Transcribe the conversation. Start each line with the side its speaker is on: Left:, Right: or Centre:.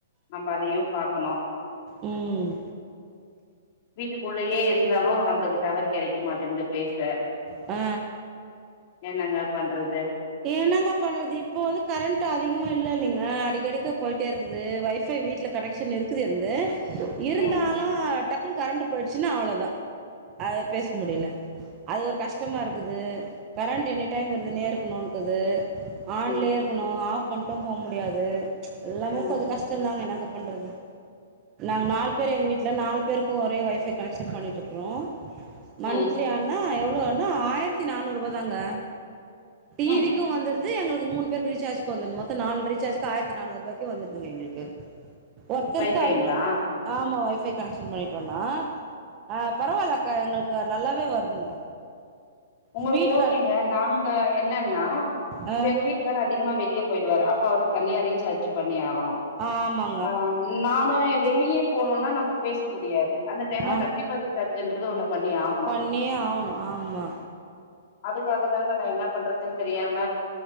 Left: நம்ப அதயு பாக்கணு
Right: ம்
Left: வீட்டுக்குள்ளயே இருந்தாலு நம்ளுக்கு டவர் கெடைக்க மாட்டுகுது பேச
Right: ஆ
Left: என்னங்க பண்றது
Right: என்னங்க பண்றது இப்போ து கரண்ட்டு அதிகமா இல்ல இல்லங்க அடிக்கடிக் போயிட்டே இருக்குது வைஃபை வீட்ல கனெக்ஷன் இருக்குது ந்து இருந்தாலு
Left: ம்
Right: டக்குன்னு கரண்ட்டு போயிடுச்சுன்னா அவ்ளோதா அது பேச முடியல அது ஒரு கஷ்டமா இருக்குது கரண்ட்டு எனி டைம் இருந்துனே இருக்குணு க்குது ஆன்லே
Left: ம்
Right: இருக்கணு ஆஃப் பண்ட்டு போ முடியாது எல்லாமே
Left: ம்
Right: கொஞ்ச கஷ்டந்தாங்க இன்னாங்க பண்றது நாங்க நாலு பேர் எங்க வீட்ல நாலு பேருக்கு ஒரே ஒய் ஃபை கனெக்க்ஷன் பண்ணிட்டிருக்கறோ மன்த்லி
Left: ம்
Right: ஆனா எவ்ளோனா ஆயிரத்தி நானூறு ரூபா தாங்க டிவிக்கு
Left: ம்
Right: வந்துரு து எங்ளுக் மூணுபேருக்கு ரீசார்ஜ்க்கு வந்து மொத்த நாலு ரீசார்ஜ்கு ஆயிரத்தி நானூறு ரூபாய்கு வந்துருதுங்க எங்ளுக்கு ஒருத்தருக்
Left: வைஃபைங்களா
Right: ஐநூ ஆமா ஒய் பை கனெக்ஷன் பண்ணிட்டோனா ஆ பரவால அக்கா எங்ளுக்கு நல்லாவே வருதுங்க
Left: உங்ளுக்கு
Right: ஸ்பீட்
Left: ஓகேங்க
Right: கால்
Left: நாங்க என்னன்னா
Right: ஆ
Left: இப்ப எங்க வீட் டுக்காரு அதிகமா வெளிய போயிடுவாரு அப்ப அவரு தனியா ரீசார்ஜ் பண்ணி ஆகணு
Right: ஆம்மா
Left: ஆ நானு வெளியே போனோனா நம்ம பேச முடியாது அந்த டைம்ல
Right: ஆ
Left: கண்டிப்பா ரீ சார்ஜன்றது ஒண்ணு பண்ணி ஆகணு
Right: பண்ணியே ஆவணு ஆம்மா
Left: அதுக்காக தாங்க நா என்ன பண்றது தெரியாம